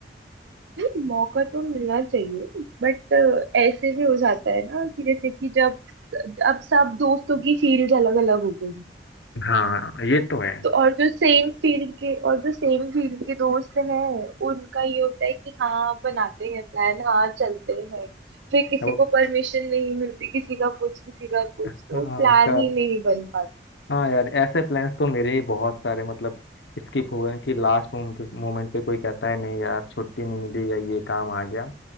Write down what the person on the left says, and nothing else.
हाँ ये तो है
अब
हाँ
कर
हाँ यार ऐसे प्लान्स तो मेरे ही बहुत सारे मतलब स्किप हुए हैं कि लास्ट मोमेंट पे कोई कहता है नहीं यार छुट्टी नहीं मिली या ये काम आ गया